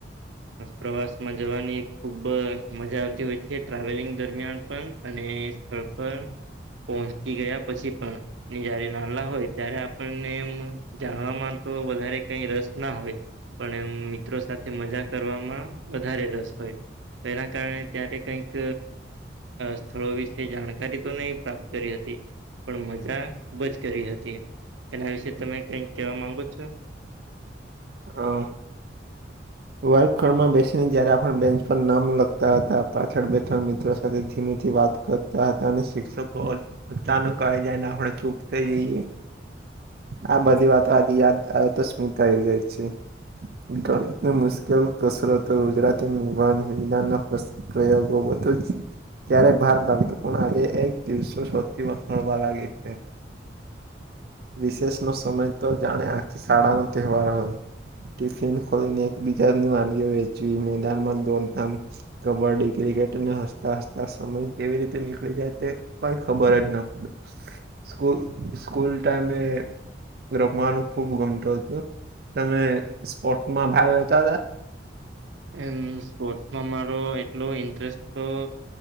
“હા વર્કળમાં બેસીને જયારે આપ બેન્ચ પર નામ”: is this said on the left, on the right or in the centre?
Right